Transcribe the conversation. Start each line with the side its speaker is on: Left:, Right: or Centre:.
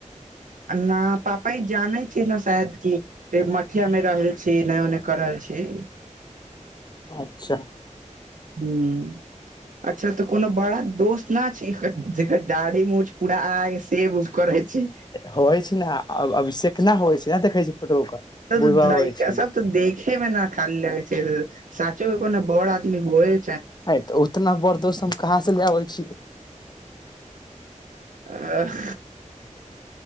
Right: ना पापा ई जानै छै न शायद की की मठिया मे रहल छी एने ओने कर रहल छी
Left: अच्छा
Right: हूँ अच्छा तऽ कोनो बड़ा दोस्त इतना छै जेकरा दाढ़ी मूंछ पूरा आइ सेव उव करै छी
Left: होइ छै ने अभिषेक न होइ छै नहि देखै छै फोटो ओकर
Right: तऽ
Left: बुढ़बा होइ छै
Right: ऐसा त देखे मे ना खाली लइका सब तऽ देखेमे न खाली लगइ साचो को ने बड़ आदमी गोए
Left: हय तऽ उतना बर दोस्त हम कहाँ से ले अबै छी रे
Right: आ ह